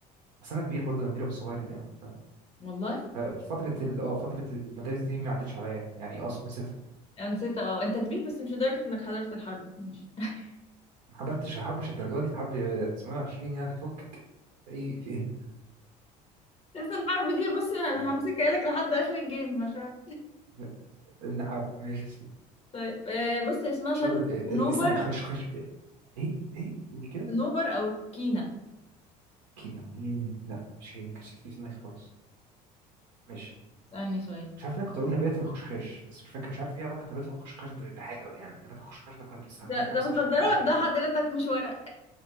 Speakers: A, on the right; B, on the left.
A: بس انا كبير برضو يا اميره مش صغير يعني اه
B: والله
A: ف- فتره ال اه فتره المدارس دي ما عدتش عليا يعني يعني اقصد نسيتها
B: انا نسيت اه انت كبير بس مش لدرجه انك حضرت الحرب ماشي <laughs>
A: ما حضرتش الحرب مش الدرجه دي الحرب 920 يعني فكك ايه في ايه
B: بس الحرب دي بص انا
A: آه،
B: همسكها لك لحد اخر الجيم عشان
A: م- الحرب ماشي يا ست.
B: طيب آه، بص هي اسمها
A: شجره
B: شجره
A: ايه
B: صنوبر
A: ال- استني خش خش ايه ايه إيه؟ قولي كده
B: صنوبر او الكينا
A: كينا مم، لا مش هي ما كانتش هتيجي في دماغي خالص ماشي
B: اسألني سؤال
A: مش عارف انا كنت اقول نبات الخشخاش بس مش فاكر مش عارف ايه علاقه نبات الخشخاش ب- بحاجه يعني نبات الخشخاش ده كنا بنستخدمه
B: ده
A: في حاجه
B: ده
A: بس
B: مخدرات
A: أنا مش فاكر ايه
B: ده
A: هي
B: حضرتك مش ورق